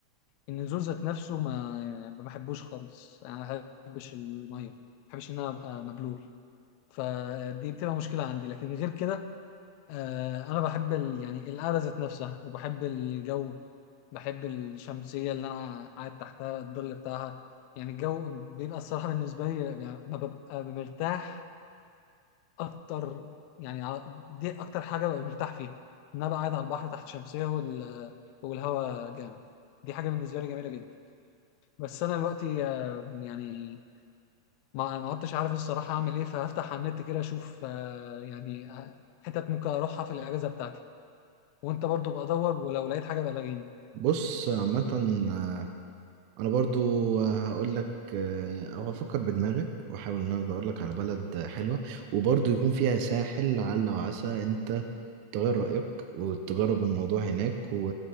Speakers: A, on the left (about 80°); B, on the right (about 75°).
A: النزول ذات نفسه ما يعني ما بحبوش خالص يعني ما بحبش الميه ما بحبش ان انا ابقى مبلول فدي بتبقى مشكله عندي لكن غير كده آه، انا بحب ال... يعني القعده ذات نفسها وبحب الجو بحب الشمسيه اللي انا قاعد تحتها الظل بتاعها يعني الجو بيبقى الصراحه بالنسبه لي يعني ما ببقى مرتاح اكتر يعني ع- دي اكتر حاجه ببقى مرتاح فيها ان انا بقى قاعد على البحر تحت شمسيه وال... والهواء جامد دي حاجه بالنسبه لي جميله جدا بس انا دلوقتي آه، يعني ما ما عدتش عارف الصراحه اعمل ايه فهفتح على النت كده اشوف آه، يعني آه، حتت ممكن اروحها في الاجازه بتاعتي وانت برضو بقى دور ولو لقيت حاجه بقى لغيني
B: بص عامة آه، انا برضو هقول لك آه، او هفكر بدماغك واحاول ان انا ادور لك على بلد حلوه وبرضو يكون فيها ساحل لعل وعسى انت تغير رايك وتجرب الموضوع هناك و...